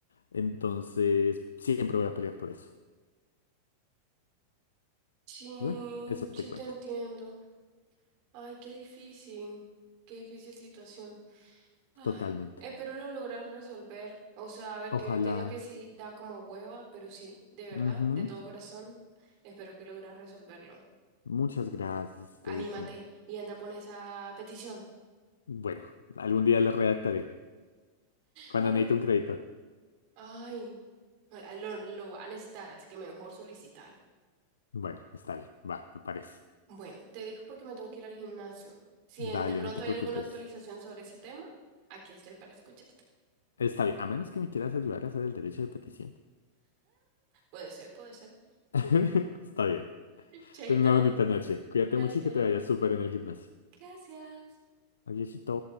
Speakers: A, on the left; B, on the right.
A: Entonces, siempre voy a pelear por eso.
B: Sí,
A: Y bueno, eso te
B: sí
A: cuento.
B: te entiendo. Ay, qué difícil, qué difícil situación. Ay,
A: Totalmente.
B: espero lo logras resolver. O sea, a ver,
A: Ojalá.
B: que yo entiendo que sí da como hueva, pero sí, de verdad,
A: Ujú.
B: de todo corazón, espero que logras resolverlo.
A: Muchas gracias, Stacy.
B: Anímate y anda, pon esa petición.
A: Bueno, algún día le redactaré. Cuando
B: Bueno,
A: necesite un crédito.
B: ay, lo, lo va a necesitar, así que mejor solicítalo.
A: Bueno, está bien. Va, me parece.
B: Bueno, te dijo porque me tengo que ir al gimnasio. Si
A: Dale,
B: en- de pronto
A: no te
B: hay
A: preocupes.
B: alguna actualización sobre ese tema, aquí estoy para escucharte.
A: Está bien, a menos que me quieras ayudar a hacer el derecho de petición.
B: Puede ser, puede ser.
A: <laughs> Está bien.
B: Chaito,
A: Ten una bonita noche. Cuídate
B: gracias.
A: mucho y que te vaya súper en el gimnasio.
B: Gracias.
A: Adiósito.